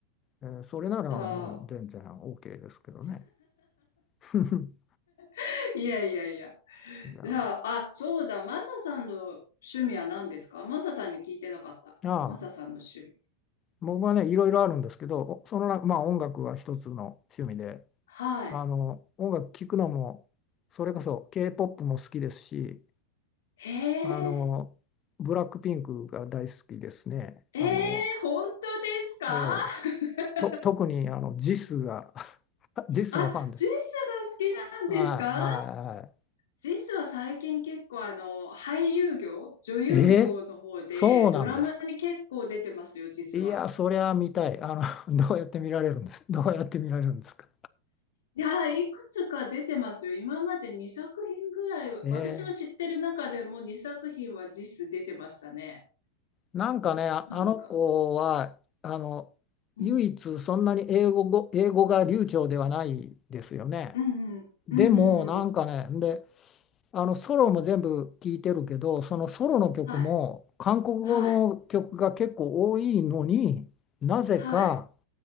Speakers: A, on the left; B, on the left.
A: えーそれならもう全然
B: じゃあ、
A: OK ですけどね。<laughs>
B: <laughs> いやいやいや。
A: いや、
B: じゃあ、
A: あ
B: あ、そうだ。マサさんの趣味は何ですかマサさんに聞いてなかった。
A: あ、
B: マサさんの趣味。
A: 僕はね、いろいろあるんですけど、おその中、まあ音楽は一つの趣味で、
B: はい。
A: あの、音楽聴くのも、それこそ K-POP も好きですし、
B: へえ。
A: あの、ブラックピンクが大好きですね。
B: ええ、
A: あの、
B: 本当ですか
A: ええ
B: <laughs>
A: と、特にあの、ジスが、<laughs> ジスのファンです。
B: あ、ジスが好きなんですか
A: はいはいは
B: ジスは最近結構あの、俳優業、女優業の方でドラマに結構出てますよ、
A: い。ええそうなんですか。
B: ジスは。
A: いや、そりゃ見たい。あの、<laughs> どうやって見られるんです。どうやって見られるんですか。
B: いやー、いくつか出てますよ。今まで2作品ぐらい、
A: <laughs> ええ
B: 私の知ってる中でも2作品は実質出てましたね。
A: なんかね、ああの子は、
B: なんか。
A: あの、
B: うん。
A: 唯一そんなに英語ご、英語が流暢ではないですよね。
B: うんうん。
A: でも、
B: うんうんうん。
A: なんかね、で、あの、ソロも全部聞いてるけど、そのソロの曲も、
B: はい。
A: 韓国語の曲が結構多いのになぜか、
B: はい。はい。